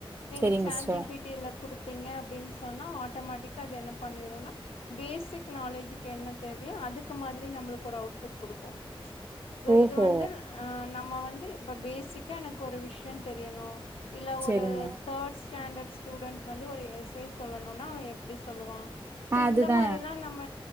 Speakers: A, on the left (about 75°); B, on the right (about 30°).
A: நீங்க
B: செரிங்க
A: சாட்
B: சிஸ்டர்
A: ஜி பி டில குடுத்தீங்க அப்டின்னு சொன்னா ஆட்டோமேட்டிக்கா அது என்ன பண்ணிடுன்னா பேசிக் நாலேஜுக்கு என்ன தேவையோ அதுக் கு மாதிரி நம்மளுக்கு ஒரு அவுட்புட் குடுக்கு சோ
B: ஓஹோ
A: இது வந்து ஆ நம்ம வந்து இப்ப பேசிக்கா எனக்கு ஒரு விஷய தெரியணு இல்ல
B: செரிங்க
A: ஒரு தேர்ட் ஸ்டாண்டர்ட் ஸ்டூடண்டட் வந்து ஒரு எஸ் ஏ சொல்லணுன்னா அவ எப்டி சொல்லுவா சோ
B: அதுதா
A: இந்த மாரில்லா நம்ம